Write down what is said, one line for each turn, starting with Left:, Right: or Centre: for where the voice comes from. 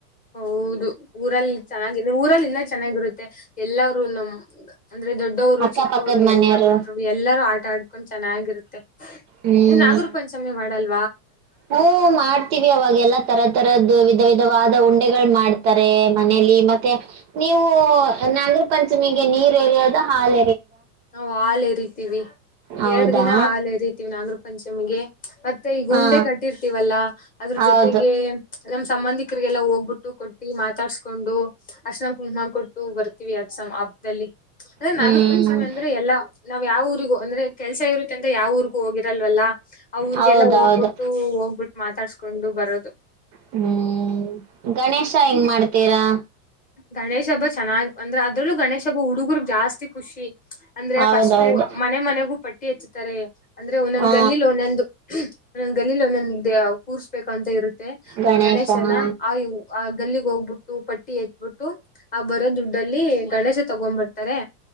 Left: ಹೌದು ಊರಲ್ಲಿ ಚೆನ್ನಾಗಿ ಊರಲ್ಲಿಂದ ಚೆನ್ನಾಗಿರುತ್ತೆ ಎಲ್ಲರರು ನಮ ಅಂದ್ರೆ ದೊಡ್ಡವರು
Right: ಅಕ್ಕಪಕ್ಕದ
Left: ಚಿಕ್ಕವರು
Right: ಮನೆಯವರು
Left: ಎಲ್ಲಾರರು ಎಲ್ಲಾರೂ ಆಟ ಆಡ್ಕೊಂಡ್ ಚೆನ್ನಾಗಿರುತ್ತೆ
Right: ಹ್ಮ್
Left: ನೀವ್ ನಾಗರ ಪಂಚಮಿ ಮಾಡಲ್
Right: ಹ್ಮ ಮಾಡ್ತೀವಿ ಅವಾಗ ಎಲ್ಲಾ ತರ ತರದು ವಿಧ ವಿಧವಾದ ಉಂಡೆಗಳು ಮಾಡ್ತಾರೆ ಮನೇಲಿ ಮತ್ತೆ ನೀವು ನಾಗರ ಪಂಚಮಿಗೆ ನೀರ್ ಏರಿಯೋದು ಹಾಾಲ
Left: ನಾವವು ಹಾಲ್ ಇರಿತಿೀವಿ
Right: ಹೌದಾ
Left: ಎರಡ್ ದಿನ ಹಾಲ್ ಇರಿತಿೀವಿ ನಾದ್ರರು ನಿಮಗೆ ಮತ್ತೆ ಈಗ
Right: ಹಾ
Left: ಉಂಡೆ ಕಟ್ಟಿರ್ತೀವಲ್ಲ ಅದ್ರ
Right: ಹೌದು
Left: ಜೊತೆಗೆ ನಮ್ ಸಂಬಂಧಿಕರಿಗೆಲ್ಲಾ ಹೋಗ್ಬಿಟ್ಟು ಕೊಟ್ಟಿ ಮಾತಾಡ್ಸ್ಕೊಂಡು ಅರ್ನ ಕುಂಮ ಕೊಟ್ಟು ಬರ್ತೀವಿ ಅಸ ಹಬ್ದಲ್ಲಿ ಅದ್ರೆ
Right: ಹ್ಮ್
Left: ನಾಗರ ಪಂಚಮಿ ಅಂದ್ರೆ ಎಲ್ಲಾ ನಾವ್ ಯಾವ ಊರಿಗೂ ಅಂದ್ರೆ ಕೆಲ್ಸ ಇರುತ್ತೆ ಅಂತ ಯಾವ ಊರಿಗೂ ಹೋಗಿರಲ್ವಲ್ಲ ಅವ ್ರಗೆಲ್ಲ
Right: ಹೌದೌದು
Left: ಹೋಗ್ಬಿಟ್ಟು ಹೋಗ್ಬಿಟ್ಟು ಮಾತಾಡ್ಸ್ಕೊಂಡು ಬರೋದು
Right: ಹ್ಮ್ ಗಣೇಶ ಹೆಂಗ್ ಮಾಡ್ತೀರಾ
Left: ಗಣೇಶ್ ಹಬ್ಬ ಚೆನ್ನಾಗ್ ಅಂದ್ರೆ ಅದ್ರಲ್ಲೂ ಗಣೇಶ್ ಹಬ್ಬ ಹುಡುಗರು ಜಾಸ್ತಿ ಖುಷಿ ಅಂದ್ರೆ
Right: ಹೌದೌದು
Left: ಫಸ್ು ಮನೆ ಮನೆಗೂ ಪಟ್ಟಿ ಎತ್ತತಾರೆ ಅಂದ್ರೆ ಒಂದೊಂದ್
Right: ಹಾ
Left: ಗಲ್ಲಿಲ್ ಒಂದೊಂದು ಒಂದೊಂದ್ ಗಲ್ಲಿಲ್ ಒಂದೊಂದು ದ ಕೂರ್ಸ್ಬೇಕು ಅಂತ ಇರುತ್ತೆ
Right: ಗಣೇಶ
Left: ಗಣೇಶನ
Right: ಹಾ
Left: ಆ ಆ ಗಲ್ಲಿಗ್ ಹೋಗ್ಬಿಟ್ಟು ಪಟ್ಟಿ ಎತ್ಬಿಟ್ಟು ಆ ಬರೋ ದುಡ್ಡಲ್ಲಿ ಗಣೇಶ ತಗೊ್ಬಡ್ತಾರೆ